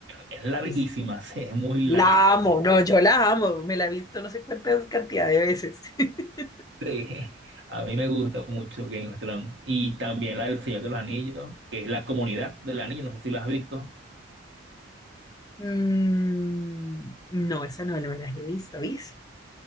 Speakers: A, on the right (about 60°); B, on the left (about 20°).
A: Es larguísima,
B: Es-
A: <laughs> sí, es muy larga.
B: La amo, no, yo la amo. Me la he visto no sé cuántas cantidad de veces. <laughs>
A: Sí, <laughs> a mí me gusta mucho Game of Thrones y también la del Señor de los Anillos, que es la comunidad del anillo, no sé si la has visto,
B: Mm, no, esa no me la he visto, ¿viste?